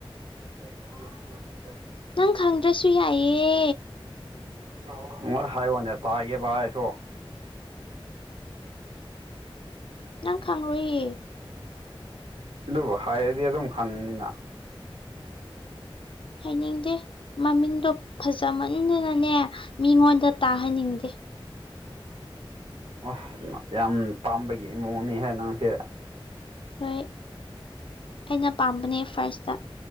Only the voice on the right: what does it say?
<unintelligible>
<unintelligible> ꯍꯥꯏꯌꯣꯅꯦ ꯇꯥꯒꯦꯕꯥ ꯑꯩꯁꯨ
ꯑꯗꯨꯕꯨ ꯍꯥꯏꯔꯗꯤ ꯑꯗꯨꯝ ꯈꯪꯅꯤꯅ
ꯑꯁ ꯌꯥꯝ ꯄꯥꯝꯕꯒꯤ ꯃꯑꯣꯡꯅꯤꯍꯦ ꯅꯪꯁꯦ